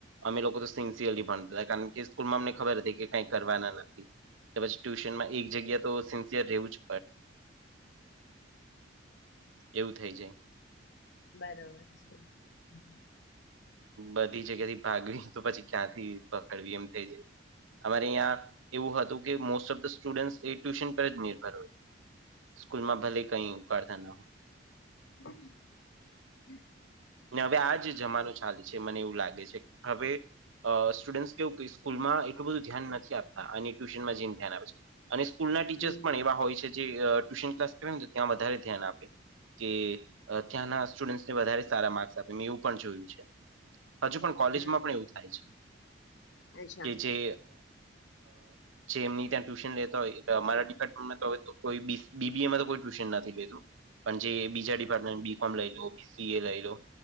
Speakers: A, on the right; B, on the left.
A: અમે લોકો તો સિન્સિયરલી ભણતા હતા કારણ કે સ્કૂલમાં અમને ખબર હતી, કે કઈ કરવાના નથી પછી ટ્યુશન માં એક જગ્યા તો સિન્સિયર રહેવું જ એવું થાય જાય
B: બરોબર છે. હમ
A: બધી જગ્યા થી, ભાગવી તો પછી ક્યાંથી પકડવી એમ થઈ જાય અમારે અહીં એવું હતું, કે મોસ્ટ ઓફ ધ સ્ટુડન્ટ એ ટ્યુશન પર જ નિર્ભર હોય સ્કૂલમાં ભલે કઈ ઉકાળતા નહ
B: બ
A: હવે આ જ જમાનો ચાલે છે મને એવું લાગે છે, હવે અ સ્ટુડ કેવું સ્કૂલમાં એટલું બધું ધ્યાન નથી, આપતા અને ટ્યુશનમાં જેને ધ્યાન આવે છે. અને સ્કૂલના ટીચર્સ
B: હમ
A: પણ એવા હોય છે, જે ટ્યુશન ક્લાસ કરે ને ત્યાં વધારે ધ્યાન આપે કે ત્યાંના સ્ટુડન્ટને વધારે સારા માર્ક્સ આપે મેં એવું પણ જોયું છે. હજુ પણ કોલેજમાં
B: હમ
A: પણ, એવું થાય છે.
B: અચ્છા
A: કે જે, જે એમની ત્યાં ટ્યુશન લેતા હોય અમારા ડિપાર્ટમેન્ટમાં તો, હવે કોઈ બીબી એમાં તો કોઈ ટ્યુશન નથી લેતું પણ, જે બીજા ડિપાર્ટમેન્ટ બી કોમ લઈ લો બીસી એ લઈ લો